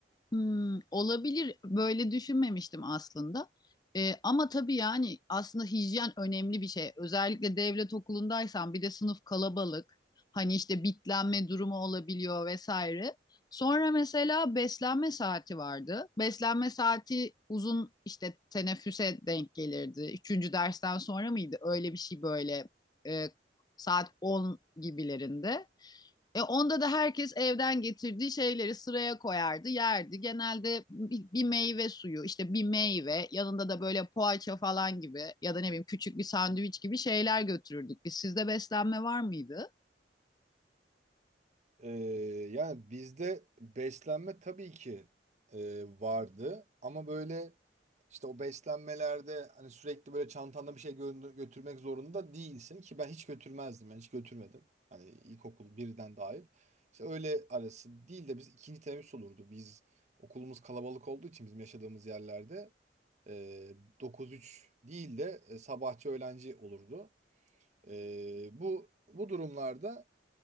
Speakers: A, on the left; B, on the right.
A: Hmm, olabilir. Böyle düşünmemiştim aslında. Ee, ama tabii yani aslında hijyen önemli bir şey. Özellikle devlet okulundaysan bir de sınıf kalabalık. Hani işte bitlenme durumu olabiliyor vesaire. Sonra mesela beslenme saati vardı. Beslenme saati uzun işte teneffüse denk gelirdi. Üçüncü dersten sonra mıydı? Öyle bir şey böyle e, saat 10 gibilerinde. E, onda da herkes evden getirdiği şeyleri sıraya koyardı, yerdi. Genelde bir, bir meyve suyu, işte bir meyve, yanında da böyle poğaça falan gibi ya da ne bileyim küçük bir sandviç gibi şeyler götürürdük. Biz sizde beslenme var mıydı?
B: Ee, yani bizde beslenme tabii ki e, vardı ama böyle işte o beslenmelerde hani sürekli böyle çantanda bir şey gö- götürmek zorunda değilsin ki ben hiç götürmezdim yani hiç götürmedim. Hani ilkokul birden dahil. İşte öyle arası değil de biz ikinci teneffüs olurdu. Biz okulumuz kalabalık olduğu için bizim yaşadığımız yerlerde e, 9-3 değil de e, sabahçı öğlenci olurdu. E, bu bu durumlarda